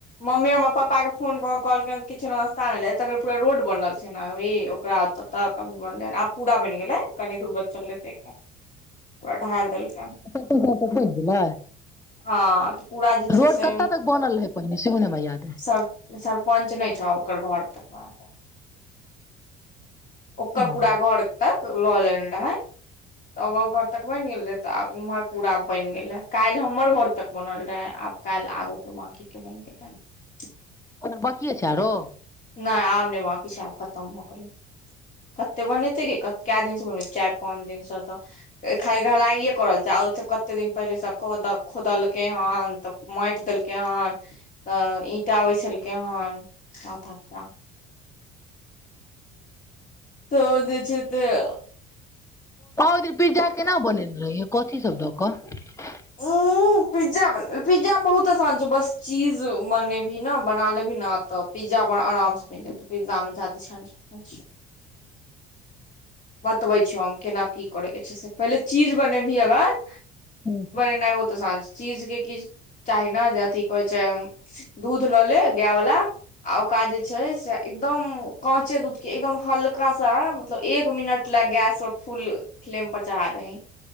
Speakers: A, on the left; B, on the left.
A: मम्मी हमर पप्पा के फोन क'क' कहलकै हन कि कहां एलै एत्त तक पूरा रोड बनल छैय ने अभी ओकरा एत्तै तक, अभी बनलै आब पुरा बनि गेलैय कनी दूर। बचल हेतैय कहां, पूरा ढाल देलकै।
B: बनि गेलै
A: हँ त पूरा जे
B: रोड
A: छै से।
B: कतऽ तक बनल रहै पहिने सेहो ने हमरा याद
A: सर-सरपञ्च नहि छौउ ओकर घर तक आ गेलैय। ओकर
B: अइ
A: पूरा घर तक ल लेने रहैय। ओकर घर तक बनि गेल रहैय त आब इम्हर पूरा बनि गेलैय काइल हम। हमर घर तक बनल रहेैय, आब काइल आगु के बांकी के बनि जेतइ।
B: ओनअ बाकीये छैय आरो?
A: नै-आब-नै बांकी छैय आब खतम भ गेलैय। कत्ते बनेतै गै, के दिन सँ बनबय छैय चाइर-पांच दिनसँ त खाली ढलाइए कए रहल छैय। देखैय छीयै कत्ते दिन पहिले सँ खोदलकै हन, तब माटि देलकैय हन, त ईंटा बैसेलकै हन माथा खराब ताउ दैय छैय तैय।
B: पा ओहि दिन पिज्जा केना बनेने रहियै कथी सब दऽ क?
A: उं। पिज्जा बहुत आसान छैय बस चीज बनेबही न बना लेबही न तब पिज्जा बड़ आराम सँ बनि जेतौउ पिज्जामे जयदा झंझट नै छैय।
B: <inaudible>
A: बतबैय छियौ हम केना की करैय के छैय से पहिले चीज बनेबही अगर
B: हूं
A: नै ओ त असान छैय चीज के किछ चाही न जे अथी कहैय छैय दुध ल ले गाय बला। आ ओकरा जे छैय से एकदम काँचे दुध के एकदम हल्का सा मतलब एक मिनट लए गैस पर फुल फ्लेम पर चढ़ा दहि